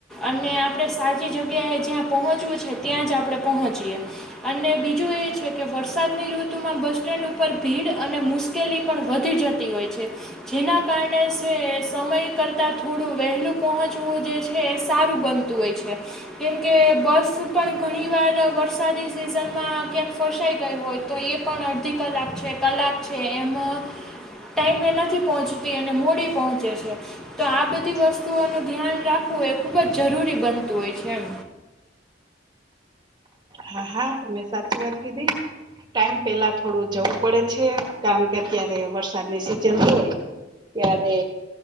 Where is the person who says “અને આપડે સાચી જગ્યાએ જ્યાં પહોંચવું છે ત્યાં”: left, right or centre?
Centre